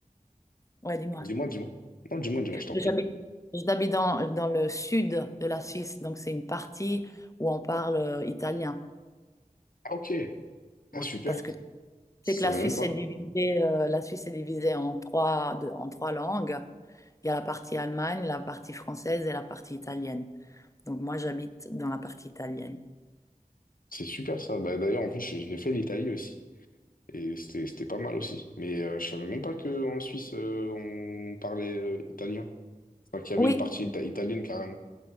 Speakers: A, on the left; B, on the left.
A: ouais, dis-moi,
B: dis-moi, dis-moi. Non, dis-moi, dis-moi, je t'en
A: j'habite,
B: prie.
A: j'habite dans, dans le sud de la Suisse, donc c'est une partie où on parle euh, italien.
B: Ah, ok. Ah,
A: Là,
B: super.
A: Parce que
B: Ça
A: c'est que la
B: savais
A: Suisse
B: même pas.
A: est divisée, euh, la Suisse est divisée en trois, de- en trois langues. Il y a la partie Allemagne, la partie française et la partie italienne. Donc moi, j'habite dans la partie italienne.
B: C'est super, ça. Bah, d'ailleurs, en plus, j'ai j'ai fait l'Italie aussi. Et c'était, c'était pas mal aussi. Mais euh, je savais même pas qu'en Suisse, euh, on parlait euh, italien. Enfin, qu'il y avait
A: Oui,
B: une partie ita- italienne carrément.